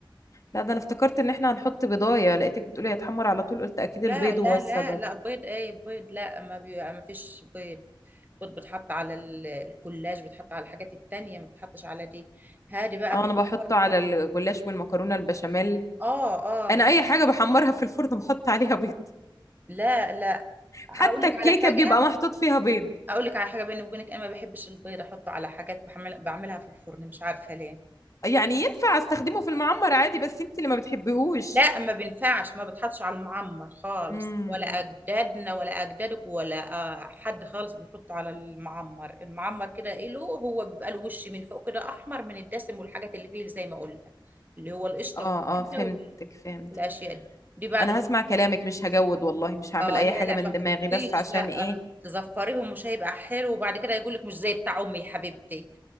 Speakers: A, on the left; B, on the right.
A: لا ده انا افتكرت ان احنا هنحط بيضايه لقيتك بتقولي هيتحمر على طول قلت اكيد
B: لا
A: البيض
B: لا
A: هو السبب
B: لا لا بيض ايه بيض لا ما بي... ما فيش بيض بيض بتحط على ال- الكولاج بتحط على الحاجات التانية ما بتحطش على دي هادي بقى
A: اه
B: بيفكر
A: انا بحطه على الجلاش والمكرونه البشاميل
B: اه اه
A: انا
B: بتحط.
A: اي حاجه بحمرها في الفرن بحط عليها بيض
B: لا لا اقول
A: حتى
B: لك
A: الكيكه
B: على حاجة
A: بيبقى محطوط فيها بيض
B: اقول لك على حاجة بيني وبينك انا ما بحبش البيض احطه على حاجات بعمل... بعملها في الفرن مش عارفة ليه
A: يعني ينفع استخدمه في المعمر عادي بس انت اللي ما بتحبيهوش
B: لا ما بينفعش ما بتحطش على المعمر خالص
A: مم.
B: ولا اجدادنا ولا اجدادك ولا آه، حد خالص بيحط على المعمر المعمر كده ايه له هو بيبقى الوش من فوق كده احمر من الدسم والحاجات اللي فيه زي ما قلنا اللي هو القشطه
A: اه
B: والزبده
A: اه فهمتك
B: وال-
A: فهمتك
B: والاشياء دي دي بعد
A: انا
B: ما
A: هسمع كلامك مش هجود والله مش هعمل
B: اه
A: اي
B: لا
A: حاجة
B: لا
A: من
B: ما تحطيش
A: دماغي بس عشان
B: لا
A: ايه
B: آه، تزفريهم مش هيبقى حلو وبعد كده يقول لك مش زي بتاع امي يا حبيبتي